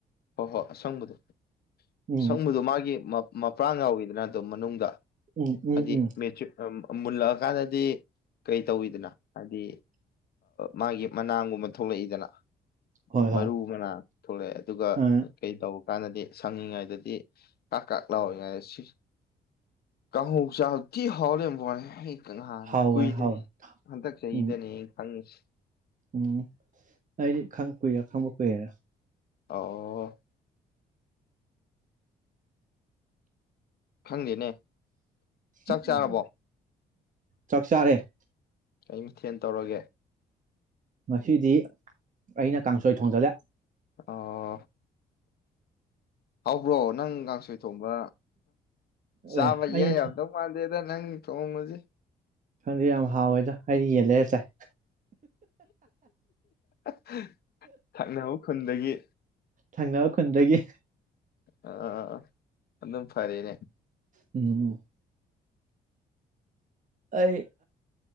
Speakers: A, on the left (about 60°); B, on the right (about 45°).
A: ꯍꯣ ꯍꯣꯏ ꯑꯁꯪꯕꯗꯣ,
B: ꯎꯝ
A: ꯑꯁꯪꯕꯗꯣ ꯃꯥꯒꯤ ꯃꯄ꯭ꯔꯥꯟ ꯌꯥꯎ ꯏꯗꯅ ꯑꯗꯣ ꯃꯅꯨꯡꯗ
B: ꯎꯝ ꯎꯝ
A: ꯑꯗꯤ
B: ꯎꯝ
A: ꯃꯦꯆ ꯃꯨꯜꯂꯛꯀꯟꯗ ꯗꯤ ꯀꯩ ꯇꯧꯋꯤꯗꯅ ꯍꯥꯏꯗꯤ ꯃꯥꯒꯤ ꯃꯅꯥꯡꯒꯨꯝꯕ ꯊꯣꯛꯂꯛꯏꯗꯅ꯫
B: ꯍꯣꯏ ꯍꯣꯏ
A: ꯃꯔꯨ ꯃꯅꯥ ꯊꯣꯛꯂꯛꯑꯦ ꯑꯗꯨꯒ
B: ꯑ
A: ꯀꯩ ꯇꯧꯕ ꯍꯥꯟꯅꯗꯤ ꯁꯪꯉꯤꯉꯩꯗꯗꯤ ꯀꯥꯛ - ꯀꯥꯛ ꯂꯥꯎꯔꯤꯉꯩꯗ ꯀꯥꯡꯍꯧ ꯆꯥ ꯊꯤ ꯍꯥꯎ ꯂꯩꯔꯝ ꯍꯣꯏ <unintelligible>
B: ꯍꯥꯎꯕꯅꯦ
A: ꯀꯨꯏꯗ꯭ꯔꯤ
B: ꯍꯥꯎꯕꯅꯦ
A: ꯍꯟꯗꯛ ꯆꯍꯤꯗꯅꯦ
B: ꯎꯝ
A: ꯑꯩꯅ ꯈꯪꯉꯤꯁꯤ꯫
B: ꯎꯝ ꯑꯩꯗꯤ ꯈꯪ ꯀꯨꯏꯔꯦ ꯈꯪꯕ ꯀꯨꯏꯔꯦꯗ꯫
A: ꯑꯣ꯫ ꯈꯪꯗꯦꯅꯦ꯫
B: <unintelligible>
A: ꯆꯥꯛ ꯆꯥꯔꯕꯣ
B: ꯆꯥꯛ ꯆꯥꯔꯦ꯫
A: ꯀꯩ ꯃꯊꯦꯜ ꯇꯧꯔꯒꯦ?
B: ꯉꯁꯤꯗꯤ ꯑꯩꯅ ꯀꯥꯡꯁꯣꯏ ꯊꯣꯡꯖꯜꯂꯦ꯫
A: ꯑꯣ ꯍꯥꯎꯕ꯭ꯔꯣ ꯅꯪ ꯀꯥꯡꯁꯣꯏ ꯊꯣꯡꯕ ꯆꯥꯕ
B: ꯑꯦ
A: ꯏꯌꯥ
B: ꯑꯩꯅ
A: ꯌꯥꯔꯝꯗꯧ ꯃꯥꯥꯟꯗꯦꯗ ꯅꯪ ꯊꯣꯡꯕꯖꯦ꯫ <inaudible>
B: ꯈꯪꯗꯦ ꯌꯥꯝ ꯍꯥꯎꯋꯦꯗ ꯑꯩꯗꯤ ꯌꯦꯟ ꯂꯩꯔꯥ ꯆꯥꯏ꯫
A: <unintelligible> ꯈꯨꯟꯗꯒꯤ꯫
B: ꯊꯪꯅꯕ ꯈꯨꯟꯗꯒꯤ꯫
A: ꯑ ꯑꯗꯨꯝ ꯐꯔꯦꯅꯦ꯫
B: ꯎꯝ꯫ ꯑꯩ